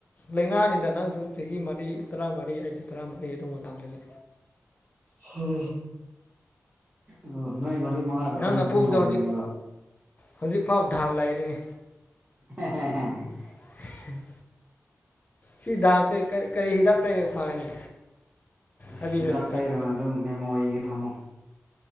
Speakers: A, on the left; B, on the right.
A: ꯂꯩꯉꯥꯛꯅꯤꯗ ꯅꯪꯁꯨ ꯆꯍꯤ ꯃꯔꯤ ꯇꯔꯥꯃꯔꯤ ꯑꯩꯁꯨ ꯇꯔꯥꯃꯔꯤ ꯑꯗꯨ ꯃꯇ ꯃꯇꯝꯗꯅꯤ
B: ꯍ ꯑꯣ ꯅꯣꯏ ꯃꯔꯤ ꯃꯉꯥꯗꯣ
A: ꯅꯪꯅ
B: ꯑꯩꯅ ꯑꯗꯨꯝ
A: ꯐꯨꯕꯗꯣ
B: ꯉꯝꯒꯅꯦꯕ
A: ꯍꯧꯖꯤꯛ ꯐꯥꯎ ꯗꯥꯛ ꯂꯩꯔꯤꯅꯤ
B: ꯑꯣ ꯍ ꯍ
A: ꯎꯝ ꯁꯤ ꯗꯥꯛꯁꯦ ꯀꯔꯤ ꯍꯤꯗꯥꯛ ꯂꯩꯔꯒ ꯐꯒꯅꯤ
B: ꯑꯁ
A: ꯍꯥꯏꯕꯤꯔꯣ
B: ꯍꯤꯗꯥꯛ
A: ꯑꯇꯥꯛ
B: ꯇꯩꯔꯅ ꯑꯗꯨꯝ ꯃꯦꯃꯣꯔꯤꯒꯤ ꯊꯝꯃꯣ